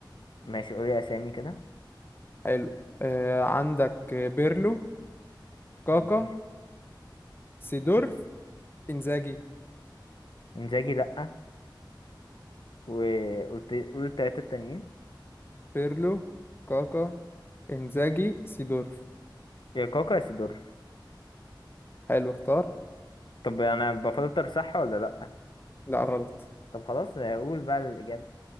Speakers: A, on the left; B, on the left.
A: ماشي قولي أسامي كده
B: حلو آه عندك بيرلو كاكا
A: ماشي
B: سيدورف انزاجي
A: إنزاجي لأ وقلت قول التلاتة التانيين
B: بيرلو كاكا انزاجي سيدورف
A: يا كاكا يا سيدورف
B: حلو اختار
A: طب أنا بفلتر صح ولا لأ
B: لا غلط
A: طب خلاص قول بقى الإجابة